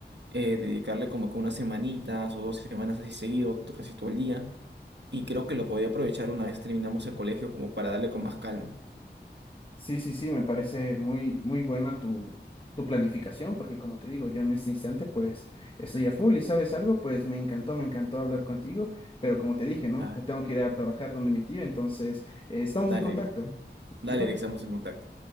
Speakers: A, on the right (about 75°); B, on the left (about 30°).
A: eh, dedicarle como que unas semanitas o dos semanas así seguido, to- casi todo el día. Y creo que lo podía aprovechar una vez terminamos el colegio como para darle con más calma.
B: Sí, sí, sí, me parece muy, muy buena tu, tu planificación, porque como te digo, yo en este instante pues estoy a full y sabes algo, pues me encantó, me encantó hablar contigo, pero como te dije, ¿no?
A: Dale.
B: Tengo que ir a trabajar donde mi tía, entonces eh, estamos
A: Dale,
B: en contacto.
A: Eric. Dale,
B: Nos vemos.
A: Eric, estamos en contacto.